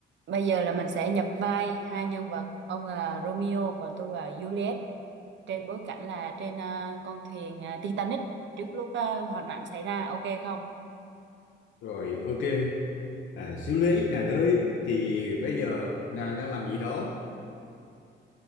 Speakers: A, on the right; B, on the left.
A: Bây giờ là mình sẽ nhập vai hai nhân vật, ông là Romeo còn tôi là Juliet trên bối cảnh là trên à, con thuyền à, Titanic trước lúc à, hoạn nạn xảy ra, ok không?
B: Rồi ok. À, xíu lấy ích nàng ơi thì bây giờ nàng đang làm gì đó?